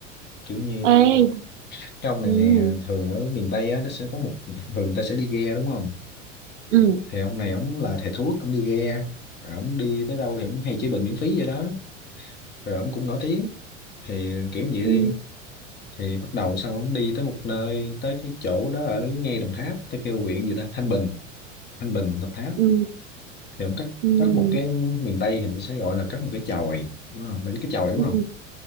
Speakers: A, on the left; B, on the right.
A: Kiểu như
B: Ê,
A: cái ông
B: ừ,
A: này nè, thường ở miền Tây á, nó sẽ có một, thường người ta sẽ đi ghe đúng không?
B: ừ,
A: Thì ông này, ông là thầy thuốc, ông đi ghe. Rồi ông đi tới đâu thì ông hay chữa bệnh miễn phí vậy đó. Rồi ông cũng nổi tiếng. Thì kiểu như vậy
B: ừ,
A: đi. thì bắt đầu xong ông đi tới một nơi tới cái chỗ đó ở ngay Đồng Tháp tới kêu huyện gì ta Thanh Bình Thanh Bình Đồng Tháp
B: ừ,
A: thì ông cắt
B: ừ,
A: cắt một cái miền Tây thì nó sẽ gọi là cắt một cái chòi đúng không mày biết cái chòi đúng
B: ừ,
A: không